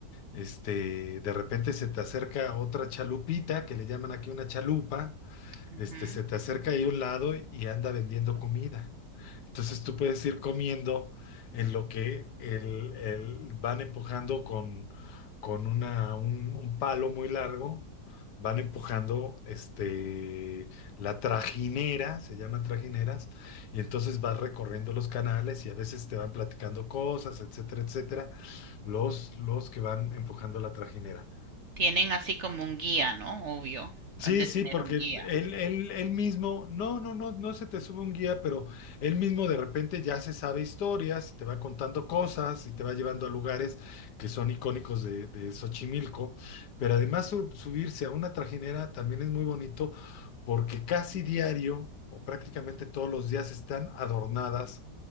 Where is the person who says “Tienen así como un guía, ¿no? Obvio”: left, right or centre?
Right